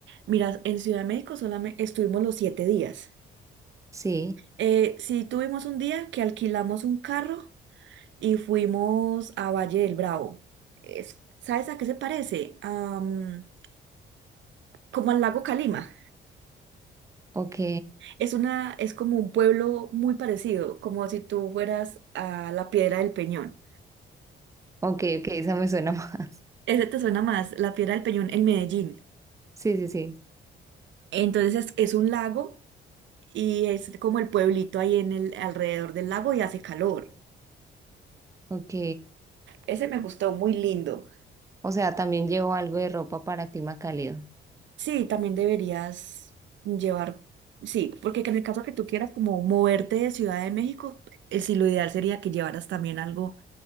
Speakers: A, on the right; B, on the right.
A: Mira, en Ciudad de México solamente estuvimos los siete días.
B: Sí.
A: Eh, sí tuvimos un día que alquilamos un carro y fuimos a Valle del Bravo. Es- ¿sabes a qué se parece? Am, como al lago Calima.
B: Ok.
A: Es una, es como un pueblo muy parecido, como si tú fueras a la Piedra del Peñón.
B: Ok, ok. Esa me suena <laughs> más.
A: Ese te suena más, la Piedra del Peñón en Medellín.
B: Sí, sí, sí.
A: Entonces es, es un lago y es como el pueblito ahí en el alrededor del lago y hace calor.
B: Ok.
A: Ese me gustó, muy lindo.
B: O sea, también llevo algo de ropa para clima cálido.
A: Sí, también deberías llevar, sí, porque en el caso que tú quieras como moverte de Ciudad de México, eh, sí, lo ideal sería que llevaras también algo